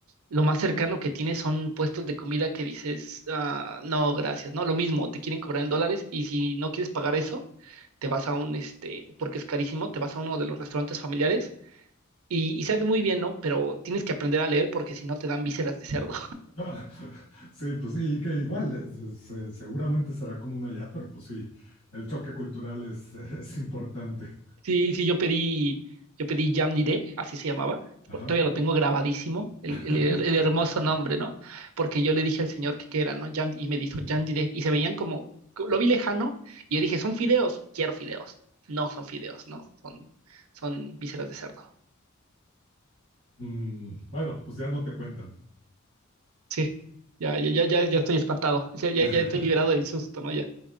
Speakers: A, on the right; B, on the left.
A: lo más cercano que tienes son puestos de comida que dices, "Ah, no, gracias, ¿no? Lo mismo, te quieren cobrar en dólares y si no quieres pagar eso, te vas a un, este, porque es carísimo, te vas a uno de los restaurantes familiares y, y sabe muy bien, ¿no? Pero tienes que aprender a leer porque si no te dan vísceras de cerdo.
B: Ah, <laughs> sí, pues sí, y que igual, es- es, eh, seguramente será común allá, pero pues sí, el choque cultural es, <laughs> es importante.
A: Sí, sí, yo pedí, yo pedí Jamnidé, así se llamaba.
B: Ajá.
A: Todavía lo tengo grabadísimo, el,
B: <laughs>
A: el- el hermoso nombre, ¿no? Porque yo le dije al señor que qué era, ¿no? Jam- y me dijo Jamnidé, y se veían como, lo vi lejano, y yo dije, son fideos, quiero fideos. No son fideos, ¿no? Son, son vísceras de cerdo.
B: Mm, bueno, pues ya no te cuentan.
A: Sí, ya, ya, ya, ya, ya estoy espantado, ya, ya,
B: <laughs>
A: ya estoy liberado del susto, ¿no? Ya.